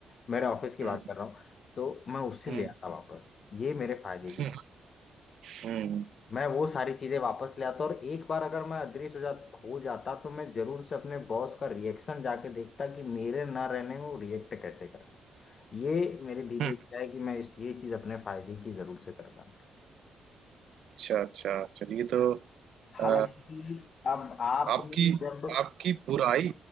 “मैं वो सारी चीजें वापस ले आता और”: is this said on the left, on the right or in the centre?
Left